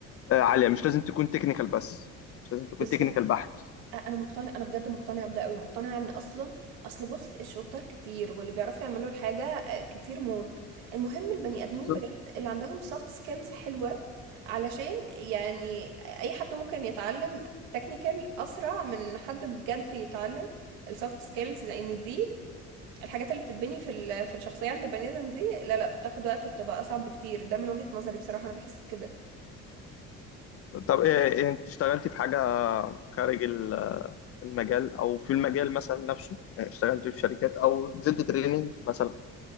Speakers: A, on the left; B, on the right.
A: آه، عاليه مش لازم تكون تكنيكال بس مش لازم تكون تكنيكال
B: امم
A: بحت
B: انا مقتنع انا بجد مقتنعه بده قوي مقتنعه ان اصلا اصل بص الشطار كتير واللي بيعرفوا يعملوا الحاجه آه، كتير موت المهم البني ادمين
A: بالظبط
B: بجد اللي عندهم سوفت سكيلز حلوه علشان يعني اي حد ممكن يتعلم تكنيكال اسرع من ان حد بجد يتعلم السوفت سكيلز لان دي الحاجات اللي بتتبني في ال- في الشخصيه عند البني ادم دي لا لا بتاخد وقت وبتبقى اصعب بكتير ده من وجهه نظري بصراحه انا بحس بكده
A: طب ايه إيه، انت اشتغلتي في حاجه خارج ال- المجال او في المجال مثلا نفسه يعني اشتغلتي في شركات او نزلت تريننج مثلا